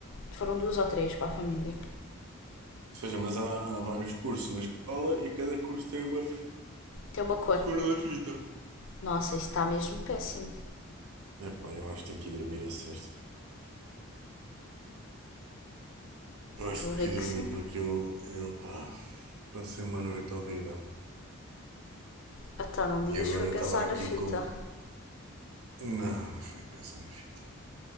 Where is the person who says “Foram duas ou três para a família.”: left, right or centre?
Left